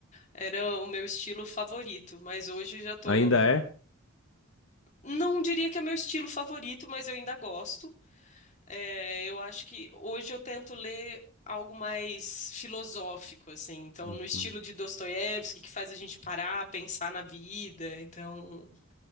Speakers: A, on the left; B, on the left.
A: era o meu estilo favorito, mas hoje já tô,
B: Ainda é?
A: não diria que é meu estilo favorito, mas eu ainda gosto. É, eu acho que hoje eu tento ler algo mais filosófico, assim, então
B: Uhum.
A: no estilo de Dostoiévski, que faz a gente parar, pensar na vida. Então,